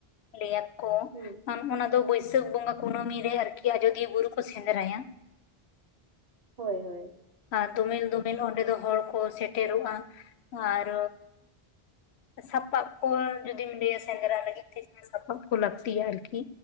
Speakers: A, on the left; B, on the right.
A: ᱞᱟᱹᱭᱟ ᱠᱚ
B: ᱦᱩᱸ
A: ᱚᱱᱟ ᱫᱚ ᱵᱟᱹᱭᱥᱟᱹᱠᱷ ᱵᱚᱸᱜᱟ ᱠᱩᱱᱟᱹᱢᱤ ᱨᱮ ᱟᱨᱠᱤ ᱟᱡᱚᱫᱤᱭᱟᱹ ᱵᱩᱨᱩ ᱠᱚ ᱥᱮᱸᱫᱽᱨᱟᱭᱟ
B: ᱦᱳᱭ ᱦᱳᱭ
A: ᱟᱨ ᱫᱚᱢᱤᱞ ᱫᱚᱢᱤᱞ ᱚᱸᱰᱮ ᱫᱚ ᱦᱚᱲ ᱠᱚ ᱥᱮᱴᱮᱨᱚᱜᱼᱟ ᱟᱨ ᱥᱟᱯᱟᱵ ᱠᱚᱨ ᱡᱩᱫᱤᱢ ᱞᱟᱹᱭᱟ ᱥᱮᱸᱫᱽᱨᱟ ᱞᱟᱹᱜᱤᱫ ᱛᱮ ᱥᱟᱯᱟᱵ ᱠᱩ ᱞᱟᱹᱠᱛᱤᱭᱟ ᱟᱨᱠᱤ